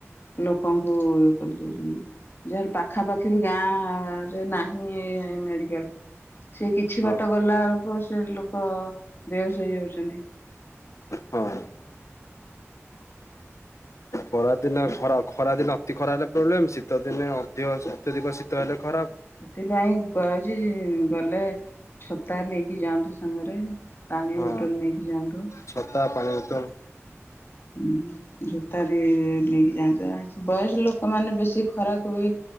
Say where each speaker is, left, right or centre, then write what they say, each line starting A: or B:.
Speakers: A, on the left; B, on the left.
A: ଲୋକଙ୍କୁ ଇଏ କରିଦଉଛନ୍ତି ଯାହାର ପାଖାପାଖି ଗାଁରେ ନାହିଁ ମେଡିକାଲ। ସେ କିଛି
B: ହଁ
A: ବାଟ ଗଲା ବେଳକୁ। ଲୋକ ବେହସ୍ ହେଇଯାଉଛନ୍ତି।
B: ହଁ ଖରାଦିନ ଖରା ଖରାଦିନେ ଅତି ଖରା ହେଲେ ପ୍ରୋବ୍ଲେମ ଶୀତ ଦିନେ ଅଧିକ ଅତ୍ୟଧିକ ଶୀତ ହେଲେ ଖରାପ
A: ସେଥିପାଇଁ କୁହାଛି ଗଲେ ଛତା ନେଇକି ଯାଆନ୍ତୁ ସାଙ୍ଗରେ ପାଣୀ
B: ହଁ
A: ହୋଟେଲ ନେଇକି ଯାଆନ୍ତୁ।
B: ଛତା ପାଣି ବୋତଲ
A: ହୁଁ ଜୋତା ବି ନେଇକି ଯାଆନ୍ତ। ବୟସ ଲୋକ ମାନେ ବେଶୀ ଖରାକ ହୁଏ